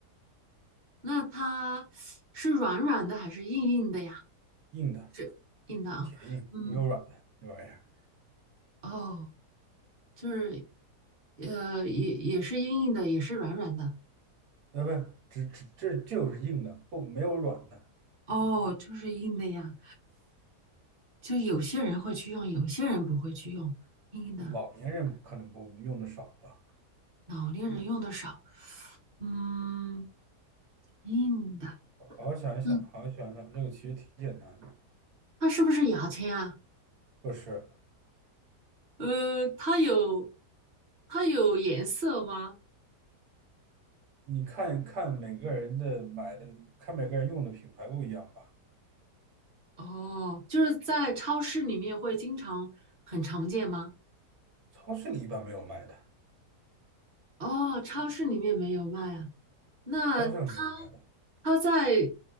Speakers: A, on the right; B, on the right.
A: 那它是软软的还是硬硬的呀？
B: 硬的，
A: 是硬的啊。
B: 铁硬，
A: 嗯，
B: 没有软的这玩意儿，
A: 哦，就是呃，也也是硬硬的，也是软软的。
B: 呃，不，只只这就是硬的，不没有软的。
A: 哦，就是硬的呀。就有些人会去用，有些人不会去用硬的，
B: 老年人可能不用的少吧。
A: 老年人用的少。嗯，硬的，
B: 好好想一想，
A: 嗯，
B: 好好想一想，这个其实挺简单的，
A: 它是不是牙签啊？
B: 不是？
A: 呃，它有，它有颜色吗？
B: 你看看每个人的买的，看每个人用的品牌不一样吧。
A: 哦，就是在超市里面会经常很常见吗？
B: 超市里一般没有卖的，
A: 哦，超市里面没有卖啊。那它
B: 超市里没有卖的。
A: 它在